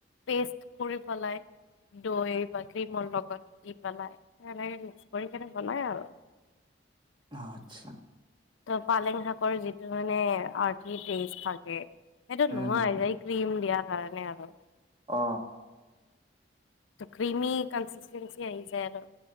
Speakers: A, on the left (about 85°); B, on the right (about 25°).
A: পেষ্ট কৰি পেলাই দৈ বা ক্ৰীমৰ লগত। দি পেলাই সেনেকে মিক্স কৰিকেনে বনাই আৰু।
B: আচ্ছা।
A: ত পালেং শাকৰ যিটো মানে আৰ্থিক টেষ্ট থাকে সেইটো
B: উম,
A: নোহোৱা
B: হুম,
A: হৈ
B: হুম।
A: যায়। ক্ৰিম দিয়াৰ কাৰণে আৰু।
B: অ।
A: ক্ৰিমি কন্সিষ্টেঞ্চি আহি যাই আৰু